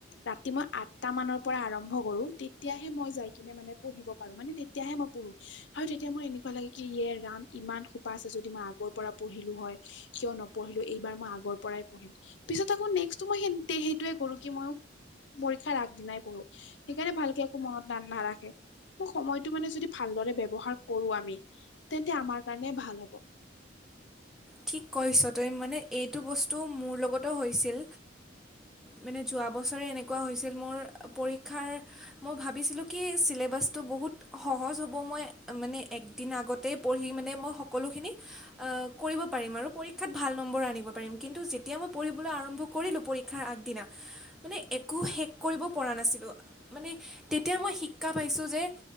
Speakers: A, on the left; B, in the centre.
A: ৰাতি মই আঠটা মানৰ পৰা আৰম্ভ কৰো তেতিয়াহে মই যাই কিনে মানে পঢ়িব পাৰো মানে তেত তিয়াহে মই পঢ়ো। হয়, তেতিয়া মোৰ এনেকুৱা লাগে কি ইয়ে ৰাম ইমান সোপা আছে যদি মই আগৰ পৰা পঢ়িলো হয়। কিয় নপঢ়িলো এইবাৰ মই আগৰ পৰাই পঢ়িম পিছত আকৌ নেক্স। ত মই সেন্তে সেইটোয়ে কৰো কি মইয়ো। পৰীক্ষা আগদিনাই পঢ়ো সেইকাৰণে ভালকে একো মনত না নাৰাখে। মই সময়টো মানে যদি ভালদৰে ব্যৱহাৰ কৰো আমি তেন্তে আমাৰ কাৰণে ভাল হ'ব।
B: ঠিক কৈছ তই মানে এইটো বস্তু মোৰ লগতো হৈছিল। মানে যোৱা বছৰে এনেকুৱা হৈছিল মোৰ পৰীক্ষাৰ মই ভাবিছিলোঁ কি ছিলেবাছটো বহুত সহজ হ'ব মই মানে একদিন আগত তে পঢ়ি মানে মই সকলোখিনি আ কৰিব পাৰিম আৰু পৰীক্ষাত ভাল নম্বৰ আনিব পাৰিম কিন্তু যেতিয়া মই পঢ়িবলৈ আৰম্ভ কৰিলোঁ পৰীক্ষাৰ আগদিনা। মানে একো শেষ কৰিব পৰা নাছিলোঁ মানে তেতিয়া মই শিক্ষা পাইছোঁ যে।